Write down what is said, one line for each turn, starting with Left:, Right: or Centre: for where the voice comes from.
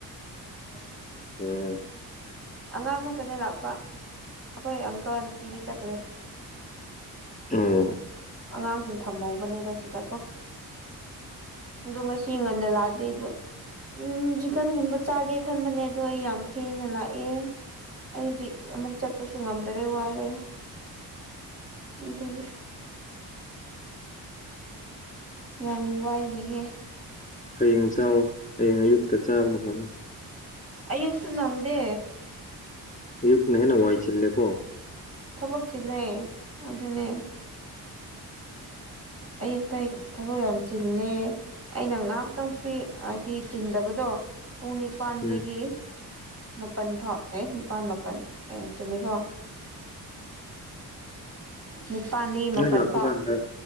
Left: <unintelligible>
Right: ꯑꯉꯥꯡ ꯈꯛꯇꯅꯦ ꯂꯥꯛꯄ ꯑꯩꯈꯣꯏ ꯑꯪꯀꯜ ꯑꯟꯇꯤꯗꯤ ꯆꯠꯈ꯭ꯔꯦ
Left: ꯑꯣ
Right: ꯑꯉꯥꯡꯁꯤꯡ ꯊꯝꯍꯧꯕꯅꯦꯗ ꯁꯤꯗꯀꯣ ꯑꯗꯣ ꯉꯁꯤ ꯉꯟꯅ ꯂꯥꯛꯑꯗꯤ ꯑꯩꯗꯣ ꯎꯝ ꯆꯤꯛꯀꯟꯒꯨꯝꯕ ꯆꯥꯒꯦ ꯈꯟꯕꯅꯦ ꯑꯗꯣ ꯑꯩ ꯌꯥꯝ ꯊꯦꯡ ꯅꯥ ꯂꯥꯛꯑꯦ ꯑꯩ ꯍꯨꯖꯤꯛ ꯑꯃꯨꯛ ꯆꯠꯄꯁꯨ ꯉꯝꯗꯔꯦ ꯋꯥꯔꯦ ꯑꯗꯨꯒꯤ ꯌꯥꯝ ꯋꯥꯏꯅꯦꯍꯦ
Left: ꯍꯌꯦꯡ ꯆꯥꯋꯣ ꯍꯌꯦꯡ ꯑꯌꯨꯛꯇ ꯆꯥꯕꯅ ꯐꯅꯤ
Right: ꯑꯌꯨꯛꯇꯨ ꯅꯪꯗꯦ
Left: ꯑꯌꯨꯛꯅ ꯍꯦꯟꯅ ꯋꯥꯏ ꯆꯤꯜꯂꯦ ꯀꯣ
Right: ꯊꯕꯛ ꯆꯤꯜꯂꯦ ꯑꯗꯨꯅꯦ ꯑꯌꯨꯛꯇ ꯑꯩ ꯊꯕꯛ ꯌꯥꯝ ꯆꯤꯜꯂꯦ ꯑꯩꯅ ꯉꯍꯥꯛꯇꯪ ꯐ꯭ꯔꯤ ꯍꯥꯏꯗꯤ ꯆꯤꯟꯗꯕꯗꯣ ꯄꯨꯡ ꯅꯤꯄꯥꯟꯗꯒꯤ
Left: ꯎꯝ
Right: ꯃꯥꯄꯟ ꯐꯥꯎ ꯑꯦ ꯄꯥꯟ ꯃꯥꯄꯜ ꯑꯦ ꯆꯨꯝꯃꯤꯀꯣ ꯅꯤꯄꯥꯟꯗꯒꯤ ꯃꯥꯄꯟ
Left: ꯑꯩ ꯂꯥꯛꯄ
Right: ꯐꯥꯎ
Left: ꯀꯥꯟꯗ